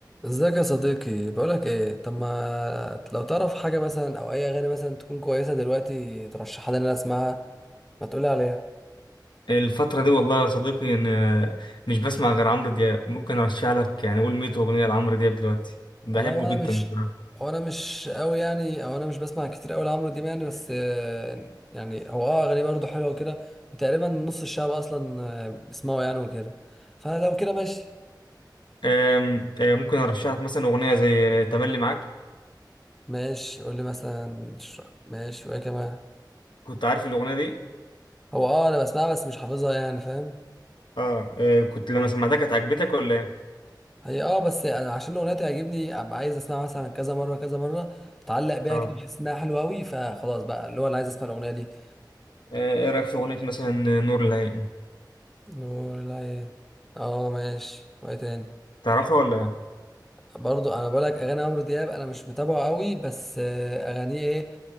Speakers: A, in the centre; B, on the left.
A: ازيك يا صديقي بقولك ايه طب ما لو تعرف حاجة مثلا او اي اغاني مثلا تكون كويسة دلوقتي ترشحها لي ان انا اسمعها ما تقولي عليها
B: الفترة دي والله يا صديقي إن آه، مش بسمع غير عمرو دياب ممكن أرشح لك يعني قول 100 أغنية لعمرو دياب دلوقتي بحبه
A: والله وانا
B: جدا
A: مش
B: بصراحة
A: هو انا مش قوي يعني او انا مش بسمع كتير قوي لعمرو دياب يعني بس آه، يعني هو اه اغاني برضه حلوة وكده وتقريبا نص الشعب اصلا آه، بيسمعه يعني وكده فلو كده ماشي
B: آم، آه، ممكن أرشح لك مثلا أغنية زي آه، تملي معاك
A: ماشي قول لي مثلا ش- ماشي وايه كمان
B: كنت عارف الأغنية دي؟
A: هو اه انا بسمعها بس مش حافظها يعني فاهم
B: آه آه، كنت لما سمعتها كانت عجبتك ولا إيه؟
A: هي اه بس انا عشان الاغنيه تعجبني ابقى عايز اسمعها مثلا كذا مره كذا مره اتعلق بيها
B: آه
A: كده بحس انها حلوه قوي فخلاص بقى اللي هو انا عايز اسمع الاغنيه دي
B: آه، إيه رأيك في أغنية مثلا آه، نور العين؟
A: نور العين اه ماشي وايه تاني
B: تعرفها ولا إيه؟
A: برضو انا بقولك اغاني عمرو دياب انا مش متابعه قوي بس آه، اغانيه ايه